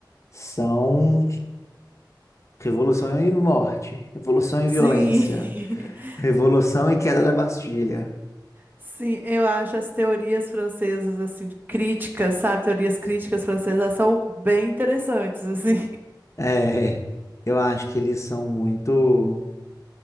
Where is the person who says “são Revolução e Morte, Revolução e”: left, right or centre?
Left